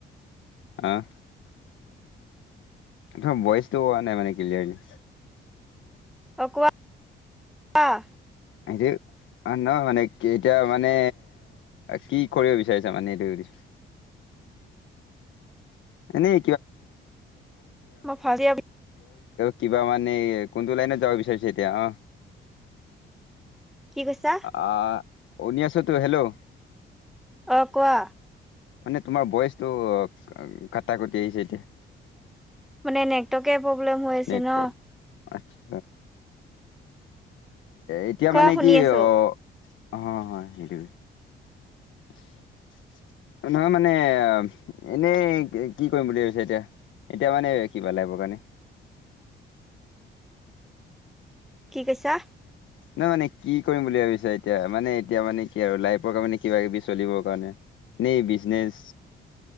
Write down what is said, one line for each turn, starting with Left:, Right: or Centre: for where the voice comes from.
Left: আহ। তাৰ ভইচটো হোৱা নাই মানে ক্লিয়াৰলি।
Centre: অকৱ। <unintelligible>
Left: সটো অ নহ মানে এতিয়া মানে কি কৰিব বিচাৰিছা মানে এইটো হুদিছো। <unintelligible>
Centre: <inaudible>
Left: এনেই
Centre: মই ফাৰ্ষ্ট ইয়েৰ
Left: কিবা মানে কোনটো লাইনত যাব বিচাৰিছে এতিয়া অ।
Centre: কি কৈছা?
Left: আহ উ শুনি আছ টো হেল্ল'
Centre: অ কোৱা
Left: মানে তোমাৰ ভইচটো কটা কটি আহিছে এতিয়া।
Centre: মানে নেটৱৰ্কে প্ৰব্লেম হৈ আছে
Left: নেটৱৰ্ক
Centre: ন।
Left: আচ্ছা এতিয়া
Centre: কোৱা
Left: মানে
Centre: শুনি
Left: কি
Centre: আছো।
Left: অ অ হয় সেইটোৱে <inaudible> নহয় মানে এনেই কি কৰিম বুলি ভাবিছে এতিয়া এতিয়া মানে কিবা লাগিব কাৰণে
Centre: <inaudible> কি কৈছা
Left: নহয় মানে কি কৰিম বুলি ভাবিছা এতিয়া মানে এতিয়া মানে কি আৰু লাইফৰ কাৰে কিবা কিবি চলিবৰ কাৰণে <unintelligible> এনেই বিজনেছ